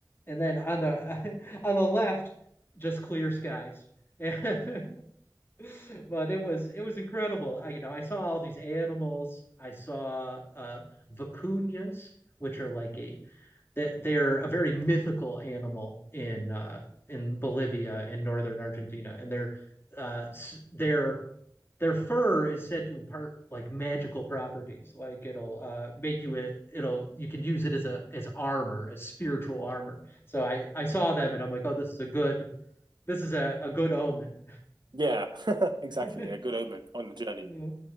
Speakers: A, on the left (about 30°); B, on the right (about 70°).
A: And then on the <laughs> on the left, just clear skies. <laughs> And <laughs> But it was it was incredible. I, you know, I saw all these animals. I saw uh vicuñas, which are like a that they're a very mythical animal in uh in Bolivia in northern Argentina, and their uh their their fur is said to impart like magical properties. Like it'll uh make you it it'll you can use it as a as armor, as spiritual armor. So I I saw them and I'm like, oh, this is a good this is a, a good omen.
B: Yeah, <laughs> exactly.
A: <laughs>
B: A good omen on the journey.
A: Yeah.